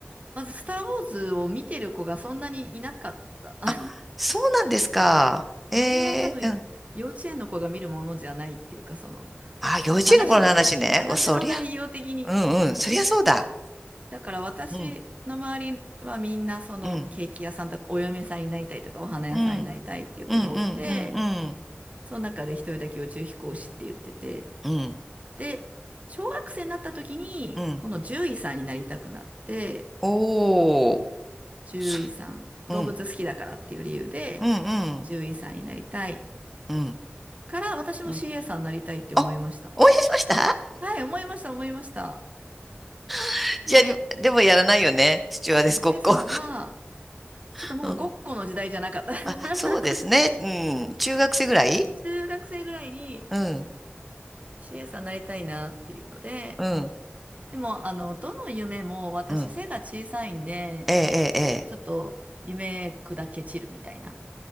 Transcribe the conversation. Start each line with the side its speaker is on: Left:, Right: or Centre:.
Right: まず、スター・ウォーズを見てる子がそんなにいなかった。<laughs> あ
Centre: あ、そうなんですか。ええ
Right: あれは多分、幼稚園の子が見るものじゃないっていうか、その、
Centre: あ、幼稚園の頃の話ね。
Right: 話の、話の内容的に、
Centre: お、そりゃ、うんうん、そりゃそうだ。
Right: だから私の周りはみんなそのケーキ屋さんとかお嫁さんになりたいとかお花屋さんになりたいっていう子が多くて、
Centre: うん、うん、うん、うん、うん、うん、うん、
Right: その中で一人だけ宇宙飛行士って言ってて、
Centre: うん、
Right: で、小学生になった時にこの獣医さんになりたくなって、
Centre: うん。おー、
Right: 獣医さん、
Centre: そ
Right: 動物好きだからっていう理由で
Centre: うん、うん、うん、
Right: 獣医さんになりたい
Centre: うん、
Right: から私も
Centre: うん。
Right: CA さんになりたいって思いました。
Centre: あ、思い出しました
Right: はい、思いました、思いました。
Centre: <laughs> じゃあ、りでもやらないよね。スチュワーデスごっこ。
Right: CA さんは、
Centre: <laughs>
Right: ちょっともうごっこの時代じゃなかった。
Centre: うん
Right: <laughs>
Centre: あ、そうですね。うん、中学生ぐらい
Right: 中学生ぐらいに、
Centre: うん、
Right: CA さんになりたいなっていうので、
Centre: うん、
Right: でも、あの、どの夢も私背が小さいんで、
Centre: うん。ええ、ええ、ええ。
Right: ちょっと夢砕け散るみたいな。